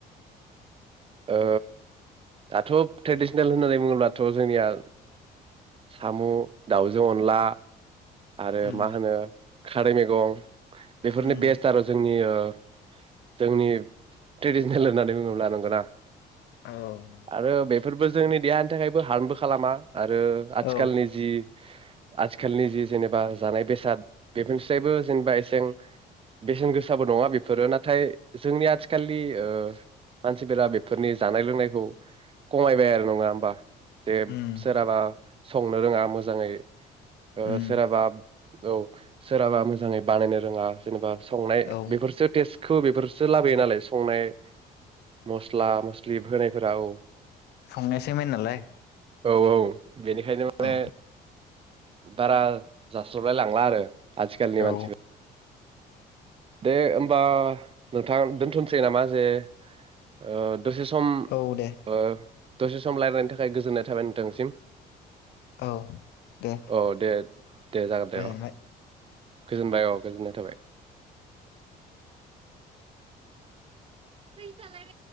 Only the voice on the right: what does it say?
ओ दाथ' ट्रेडिसनेल होननानै बुङोब्लाथ' जोंनिया साम' दावजों अनला आरो
मा होनो खारै मैगं बेफोरनि
बेस्ट आरो जोंनि ओ जोंनि ट्रेडिसनेल होननानै बुङोब्ला नंगौना
आरो बे बेफोरबो जोंनि देहानि थाखायबो हार्मबो खालामा आरो आथिखालनि
जि आथिखालनि जि जेनेबा जानाय बेसाद बेफोरनिफ्रायबो जेनेबा एसे बेसेन गोसाबो नङा बेफोरो नाथाय जोंनि आथिखालनि ओ मानसिफोरा बे बेफोरनि जानाय लोंनायखौ खमायबाय आरो नङा होमबा जे
सोराबा संनो रोङा मोजाङै ओ
सोराबा औ सोरहाबा मोजाङै बानायनो रोङा जेनेबा संनाय
बेफोरसो टेस्ट खौ बेफोरसो लाबोयो नालाय संनाय मस आ मस्लि होनाय राव
औ औ बेनिखायनो माने
बारा जास्लाबलाय लांला आरो आजिखालिनि
मानसि दे होमबा नोंथां दोनथनोसै नामा जे ओ दसे सम
ओ दसे सम रायलायनायनि थाखाय गोजोननाय थाबाय नोंथांसिम।
औ दे दे जागोन
दे अ गोजोनबाय औ । गोजोन्नाय थाबाय। बेै जालाय